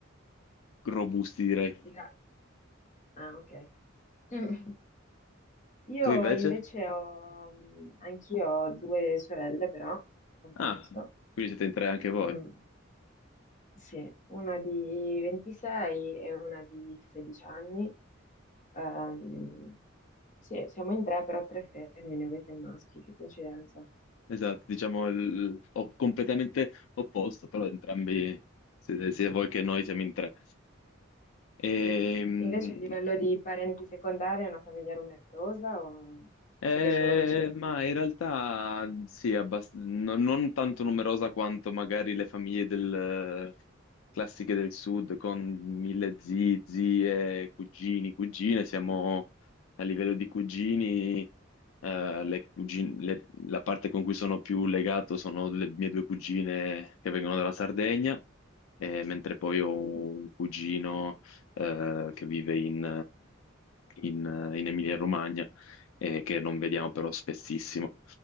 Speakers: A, on the left; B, on the left.
A: robusti, direi.
B: Gra- Ah, ok. Mm. Io
A: Tu invece?
B: invece ho, mm, anch'io ho due sorelle, però, compenso.
A: Ah, quindi siete in tre anche voi.
B: Mm. Sì, una di 26 e una di 16 anni. Ehm, sì, siamo in tre, però tre femmine, voi tre maschi, che coincidenza.
A: Esatto, diciamo il, o- completamente opposto, però entrambi siete sia voi che noi siamo in tre. Ehm,
B: Mm. Invece a livello di parenti secondari è una famiglia numerosa o
A: Eh,
B: siete solo voi cinque?
A: ma in realtà sì, abbast- no- non tanto numerosa quanto magari le famiglie del, classiche del sud, con mille zii, zie, cugini, cugine. Siamo a livello di cugini, eh, le cugin- le- la parte con cui sono più legato sono le mie due cugine che vengono dalla Sardegna, eh, mentre poi
B: Mhm.
A: ho un cugino, eh, che vive in in- in Emilia-Romagna eh, che non vediamo però spessissimo.